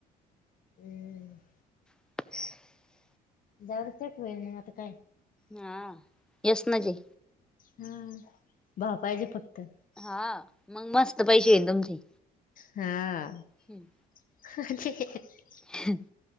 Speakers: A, on the left; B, in the centre.
A: हम्म <inaudible>
B: ह
A: जाव तेच होईल मग आता काय?
B: हा यसनच आहे.
A: हा भाव पाहिजे फक्त.
B: हा मग मस्त पैसे तुमचे
A: हा
B: हम्म
A: ह <inaudible>
B: ह <inaudible>